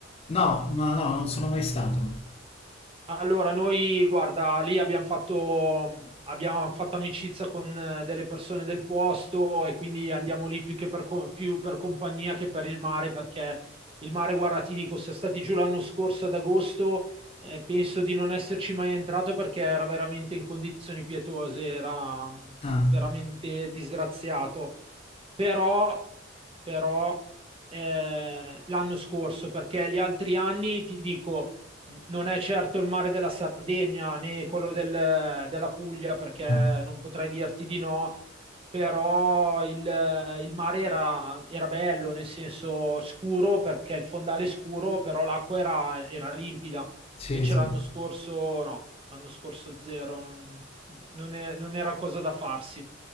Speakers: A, on the left (about 30°); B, on the right (about 30°).
A: No, no, no, non sono mai stato.
B: Allora, noi, guarda, lì abbiamo fatto, abbiamo fatto amicizia con eh, delle persone del posto e quindi andiamo lì più che per, co- più per compagnia che per il mare, perché il mare, guarda, ti dico, siamo stati giù l'anno scorso ad agosto, eh, penso di non esserci mai entrato perché era veramente in condizioni pietose, era mm,
A: Ah,
B: veramente disgraziato. Però, però, eh, l'anno scorso, perché gli altri anni, ti dico non è certo il mare della Sardegna né quello del- della Puglia, perché
A: ah,
B: non potrei dirti di no, però il, il mare era, era bello, nel senso scuro, perché il fondale è scuro, però l'acqua era, era limpida.
A: sì,
B: Invece
A: sì,
B: l'anno scorso no, l'anno scorso zero, non, non è- non era cosa da farsi.